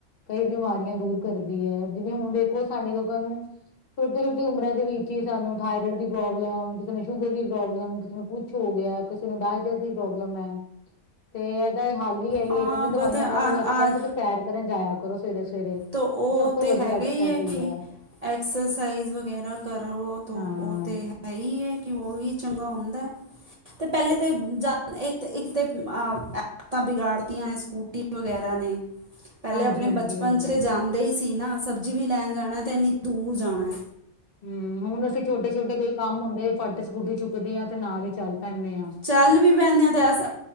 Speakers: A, on the left; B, on the right.
A: ਕਈ ਬਿਮਾਰੀਆਂ ਦੂਰ ਕਰਦੀ ਹੈ ਜਿਵੇਂ ਹੁਣ ਦੇਖੋ ਸਾਡੇ ਲੋਕਾਂ ਨੂੰ ਛੋਟੀ ਛੋਟੀ ਉਮਰਾਂ ਦੇ ਵਿੱਚ ਹੀ ਸਾਨੂੰ ਥਾਇਰੋਡ ਦੀ ਪ੍ਰੋਬਲਮ ਕਿਸੇ ਨੂੰ ਸ਼ੂਗਰ ਦੀ ਪ੍ਰੋਬਲਮ ਕਿਸੇ ਨੂੰ ਹੋ ਗਿਆ ਕਿਸੇ ਨੂੰ ਡਾਇਬਿਟੀਜ ਦੀ ਪ੍ਰੋਬਲਮ ਹੈ ਤੇ ਇਹਦਾ ਹੱਲ ਹੀ ਆਈ
B: ਹਾਂ
A: ਏ ਕਹਿੰਦੇ ਦਵਾਈਆਂ
B: ਬਟ ਆ
A: ਨਾਲੋਂ ਅੱਛਾ ਤੇ ਸੈਰ ਸੈਰ ਤੇ ਜਾਇਆ ਕਰੋ ਸਵੇਰੇ ਸਵੇਰੇ
B: ਤਾਂ ਉਹ
A: ਸਭ ਤੋਂ
B: ਤਾਂ
A: ਵਧੀਆ
B: ਹੈਗਾ
A: ਅੱਛਾ
B: ਹੀ
A: ਚੀਜ਼
B: ਕਿ
A: ਹੈ
B: ਐਕਸਰਸਾਈਜ਼ ਵਗੈਰਾ ਕਰਤੇ
A: ਹਾਂ
B: ਹੈ ਹੈਹੀ ਏ, ਕਿ ਉਹ ਵੀ ਚੰਗਾ ਹੁੰਦਾ। ਤੇ ਪਹਿਲੇ ਤੇ---ਜਾ--ਦਾ ਇੱਕ ਤੇ--ਇੱਕ ਅਂ ਦਤਾਂ ਬਿਗਾੜਤੀਆਂ ਨੇ ਸਕੂਟੀ ਵਗੈਰਾ ਨੇ, ਪਹਿਲੇ
A: ਹਾਂਜੀ
B: ਆਪਣੇ
A: ਹਾਂਜੀ
B: ਬੱਚ
A: ਹਾਂਜੀ
B: ਜਾਂਦੇ ਹੀ ਸੀ ਨਾ, ਸਬਜ਼ੀ ਵੀ ਲੈਣ ਜਾਣਾ, ਤੇ ਇੰਨੀ ਦੂਰ ਜਾਣਾ।
A: ਹੂੰ, ਹੁਣ ਅਸੀਂ ਛੋਟੇ-ਛੋਟੇ ਕੋਈ ਕੰਮ ਹੁੰਦੇ, ਫਟ ਸਕੂਟੀ ਚੁੱਕਦੇ ਆਂ, ਤੇ ਨਾਲ ਹੀ ਚੱਲ ਪੈਂਨੇ ਆਂ‌।
B: ਚੱਲ ਵੀ ਪੈਂਨੇ ਆ, ਤੇ ਅ--ਸ